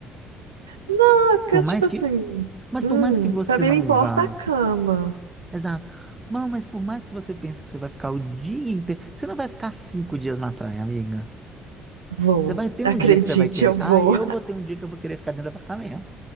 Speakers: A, on the right (about 85°); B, on the right (about 15°).
A: Não, é porque,
B: Por
A: tipo
B: mais que,
A: assim,
B: mas
A: hum,
B: por mais que você
A: pra mim
B: não
A: me importa
B: vá
A: a cama.
B: Exato. Não, mas por mais que você pense que você vai ficar o dia inteiro, você não vai ficar cinco dias na praia, amiga.
A: Vou.
B: Você vai ter
A: Acredite,
B: um dia que você vai querer.
A: eu vou.
B: Ah, eu vou ter um dia que eu vou querer ficar dentro do apartamento,